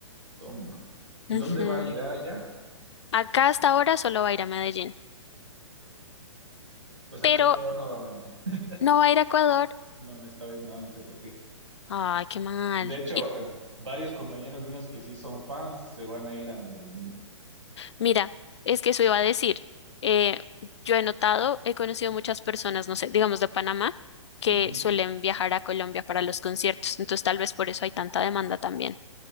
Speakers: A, on the right; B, on the left.
A: Toma. ¿En
B: Ujú.
A: dónde va a llegar allá?
B: Acá hasta ahora solo va a ir a Medellín,
A: Pues acá
B: pero
A: a Ecuador no va a venir. <laughs>
B: no va a ir a Ecuador.
A: No, esta vez no, no sé por qué.
B: Ay, qué mal.
A: De hecho,
B: Y
A: eh, varios compañeros míos que sí son fans se van a ir a Medellín.
B: mira, es que eso iba a decir. eh, yo he notado, he conocido muchas personas, no sé, digamos de Panamá, que
A: Ujú,
B: suelen viajar a Colombia para los conciertos, entonces tal vez por eso hay tanta demanda también.